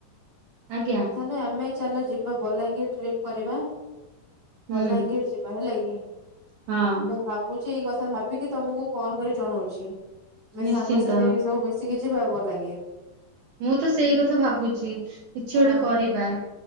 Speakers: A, on the right; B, on the right.
A: ଆଜ୍ଞା।
B: ନାଇଁ ଆମେ ଚାଲ ଯିବା ବଲାଙ୍ଗୀର ଟ୍ରିପ୍ କରିବା
A: ହୁଁ
B: ବଲାଙ୍ଗୀର ଯି ବା ହେଲାକି।
A: ହଁ।
B: ଭାବୁଛି ଏଇ କଥା ଭାବିକି ତମକୁ କଲ୍ କରି ଜଣଉଛି ଆମେ
A: ନିଶ୍ଚିନ୍ତ
B: ସାଙ୍ଗସାଥି ହେଇ ସବୁ ମିଶି କି ଯିବା ବଲାଙ୍ଗିର।
A: ମୁଁ ତ ସେଇ କଥା ଭାବୁଚି କିଛି
B: ହଁ
A: ଗୋଟେ କରିବା।